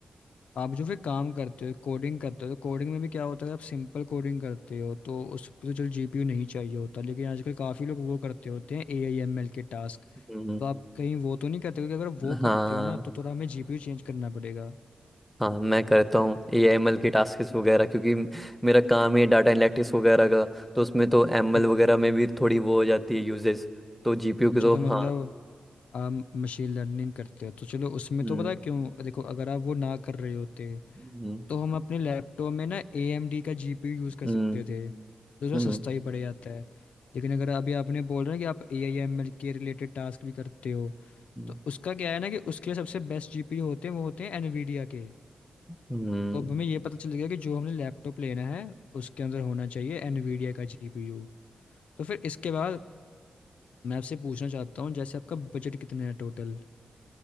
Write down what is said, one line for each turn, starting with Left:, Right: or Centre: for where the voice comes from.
Left: आप जो फिर काम करते हो कोडिंग करते हो तो कोडिंग में भी क्या होता है आप सिंपल कोडिंग करते हो तो उस पर तो चलो जीपीयू नहीं चाहिए होता लेकिन आजकल काफ़ी लोग वो करते होते हैं ए आई एम एल के टास्क
Centre: हम्म,
Left: तो आप कहीं वो तो नहीं करते क्योंकि अगर वो
Centre: हाँ
Left: करते हो ना तो थोड़ा हमें जीपीयू चेंज करना पड़ेगा
Centre: हाँ मैं करता हूँ ए एम एल के टास्क वगैरह क्योंकि म- मेरा काम है डाटा एनालिटिक्स वगैरह का तो उसमें तो एम
Left: हम्म
Centre: एल वगैरह में भी थोड़ी वो हो जाती है यूजेस तो जीपीयू के
Left: अच्छा
Centre: तो
Left: तो
Centre: हाँ
Left: मतलब आप मशीन लर्निंग करते हो तो चलो उसमें
Centre: हम्म
Left: तो पता है क्यों देखो अगर आप वो ना कर रहे होते
Centre: हम्म
Left: तो हम अपने लैपटॉप में ना ए एम डी का जी पी यू यूज़ कर
Centre: हम्म
Left: सकते थे जो थोड़ा
Centre: हम्म
Left: सस्ता ही पड़ जाता है लेकिन अगर अभी आपने बोल रहे हैं कि आप ए आई एम एल के रिलेटेड टास्क भी करते हो
Centre: हम्म,
Left: तो उसका क्या है ना कि उसके लिए सबसे बेस्ट जी पी यू होते हैं वो होते हैं एनवीडिया के
Centre: हम्म,
Left: तो अब हमें ये पता चल गया कि जो हमने लैपटॉप लेना है उसके अंदर होना चाहिए एनवीडिया का जी पी यू तो फिर इसके बाद मैं आपसे पूछना चाहता हूँ जैसे आपका बजट कितना है टोटल